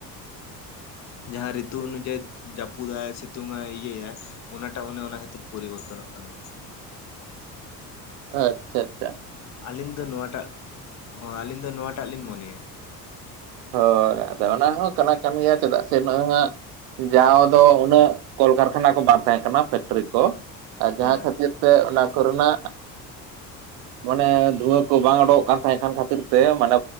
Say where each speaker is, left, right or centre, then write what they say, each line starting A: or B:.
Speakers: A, on the left; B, on the right.
A: ᱡᱟᱦᱟᱸ ᱨᱤᱛᱩ ᱚᱱᱩᱡᱟᱭᱤ ᱡᱟᱯᱩᱫᱟᱭ ᱥᱤᱛᱩᱝᱟᱭ ᱤᱭᱟᱹᱭᱟᱭ ᱚᱱᱟᱴᱟᱜ ᱚᱱᱮ ᱚᱱᱟ ᱠᱷᱟᱹᱛᱤᱨ ᱯᱚᱨᱤᱵᱚᱨᱛᱚᱱᱚᱜ ᱠᱟᱱᱟ᱾
B: ᱟᱪᱷᱟ-ᱟᱪᱷᱟ
A: ᱟᱹᱞᱤᱧ ᱫᱚ ᱱᱚᱣᱟᱴᱟᱜ ᱦᱚᱸ ᱟᱹᱞᱤᱧ ᱫᱚ ᱱᱚᱣᱟᱴᱟᱜ ᱞᱤᱧ ᱢᱚᱱᱮᱭᱟ
B: ᱦᱳᱭ ᱟᱫᱚ ᱚᱱᱟ ᱦᱚᱸ ᱠᱟᱱᱟ ᱠᱟᱱ ᱜᱮᱭᱟ ᱪᱮᱫᱟᱜ ᱥᱮ ᱵᱟᱝ ᱦᱟᱸᱜ ᱡᱟᱦᱟᱸ ᱫᱚ ᱩᱱᱟᱹᱜ ᱠᱚᱞᱠᱟᱨᱠᱷᱟᱱᱟ ᱠᱚ ᱵᱟᱝ ᱛᱟᱦᱮᱸ ᱠᱟᱱᱟ ᱯᱷᱮᱠᱴᱨᱤ ᱠᱚ ᱟᱨ
A: ᱦᱳᱭ
B: ᱡᱟᱦᱟᱸ ᱠᱷᱟᱹᱛᱤᱨ ᱛᱮ ᱚᱱᱟ ᱠᱚᱨᱮ ᱱᱟᱜ ᱢᱟᱱᱮ ᱫᱷᱩᱣᱟᱹ ᱠᱚ ᱵᱟᱝ ᱩᱰᱩᱠᱚᱜ ᱠᱟᱱ ᱛᱟᱦᱮᱸ ᱠᱟᱱ ᱠᱷᱟᱹᱛᱤᱨ ᱛᱮ ᱢᱟᱱᱮ